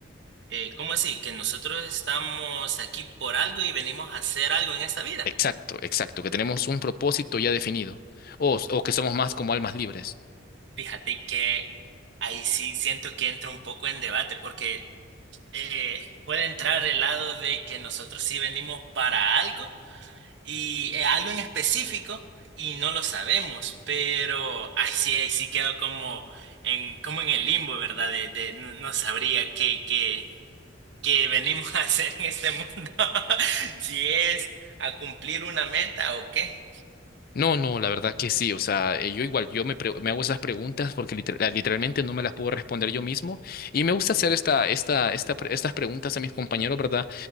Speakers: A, on the right; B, on the left.
A: Eh, ¿cómo así? Que nosotros estamos aquí por algo y venimos a hacer algo en esta vida.
B: Exacto, exacto, que tenemos un propósito ya definido o, o que somos más como almas libres.
A: Fíjate que ahí sí siento que entra un poco en debate, porque eh, puede entrar el lado de que nosotros sí venimos para algo y eh, algo en específico y no lo sabemos, pero ahí sí, ahí sí quedo como en, como en el limbo, ¿verdad? De, de no, no sabría qué, qué. que venimos a hacer en este mundo, <laughs> si es a cumplir una meta o qué.
B: No, no, la verdad que sí, o sea, eh, yo igual, yo me, pre- me hago esas preguntas porque liter- la- literalmente no me las puedo responder yo mismo y me gusta hacer esta, esta, esta, pre- estas preguntas a mis compañeros, ¿verdad?